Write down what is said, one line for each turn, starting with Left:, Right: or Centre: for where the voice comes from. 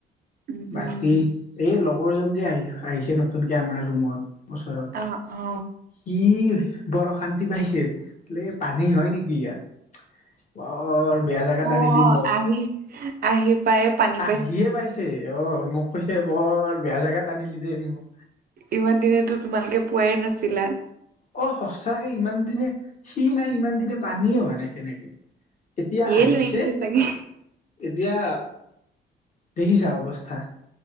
Right: উম হম
Left: বাকী এই লগৰজন যে আয়ি আহিছে নতুনকে আমাৰ ৰুমত ওচৰত
Right: অ অ।
Left: সি বৰ অশান্তি পাইছে লে পানী হয় নেকি ইয়াত অ অ। বৰ বেয়া জেগাত
Right: অ
Left: আনিলি
Right: অ
Left: মোক,
Right: আহি আহি পায়ে পানী
Left: আহিয়ে পাইছে। অ মোক কৈছে বৰ বেয়া জেগাত আনিলি দেই মোক।
Right: ইমান দিনেতো তোমালোকে পোৱাই নাছিলা।
Left: অ সঁচাকে ইমান দিনে সি নাই ইমান দিনে পানীয়ে হোৱা নাই তেনেকে। এতিয়া
Right: সিয়ে
Left: আহিছে,
Right: লৈ আনিছে চাগে
Left: এতিয়া দেখিছা অৱস্থা।